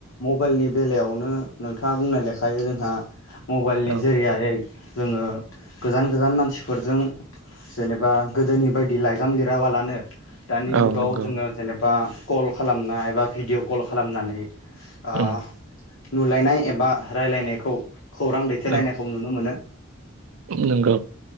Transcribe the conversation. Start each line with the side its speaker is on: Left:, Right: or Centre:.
Left: मबाइलनि बेलायावनो नोंथाङा बुंनाय लेखा थायो जोंहा। मबाइलनि
Right: औ
Left: जोरैआयै। जोङो गोजान गोजान मानसिफोरजों जेनेबा गोदोनि बायदि लाइजाम लिराबालानो। दानि
Right: औ
Left: जुगाव
Right: नंगौ
Left: जोङो जेब बा कल खालामना एबा भिडिय' कल खालामनानै। ओ।
Right: उम
Left: नुलायनाय एबा रायलायनायखौ। खौरां दैथायलायनायखौ
Right: औ
Left: नुनो मोनो।
Right: नंगौ